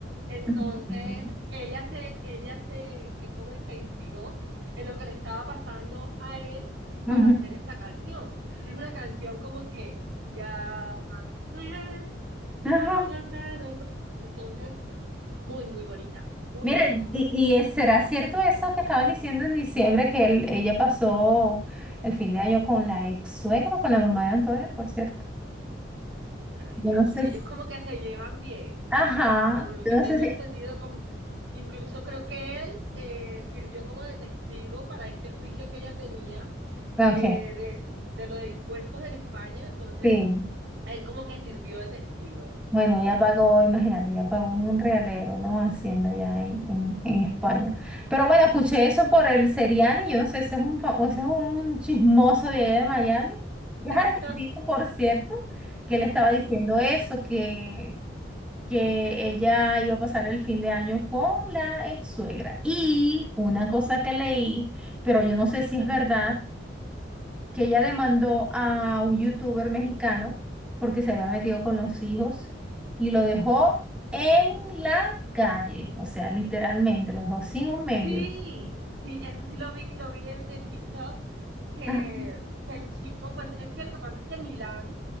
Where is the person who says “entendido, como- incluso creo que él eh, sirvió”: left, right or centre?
Right